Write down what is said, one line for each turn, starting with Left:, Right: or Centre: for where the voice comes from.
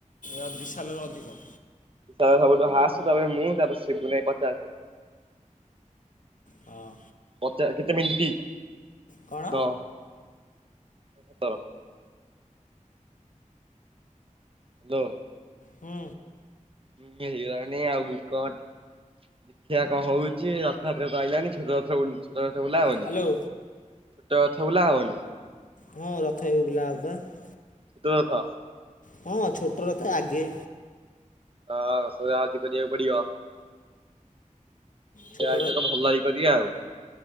Left: ଏ ବିଶାଲର ଅଧିକ।
Right: ତାର ସବୁଠୁ ହାଏଷ୍ଟ ତାପରେ ମୁଁ ତାପରେ ସିବୁନୁ ଭାଇ ପଚାଶ।
Left: ହଁ
Right: ପଚା କେତେ ମିନିଟି
Left: କଣ
Right: ତ ସତର। ହ୍ୟାଲୋ।
Left: ହୁଁ।
Right: ହଁ ହେଇଗଲାଣି ଆଉ କହ ଟିକେ। ଦେଖିଆ କଣ ହୋଉଛି ରଥଯାତ୍ରାକୁ ଆଇଲାନି ଛୋଟ ରଥ ବୁଲୁଚି। ଛୋଟ ରଥ ବୁଲା ହବନି
Left: ହ୍ୟାଲୋ
Right: ଛୋଟ ରଥ ବୁଲା ହବନି?
Left: ହଁ ରଥ ଏବେ ବୁଲା ହବା ପା।
Right: ଛୋଟ ରଥ।
Left: ହଁ ଛୋଟ ରଥ ଆଗେ।
Right: ହଁ ସେଇଆ ହାତୀ କରିବାକୁ ପଡିଵ। ଯିବା
Left: ଛୋଟ
Right: ଏଇଥରକ ଭଲକି କରିବା ଆଉ।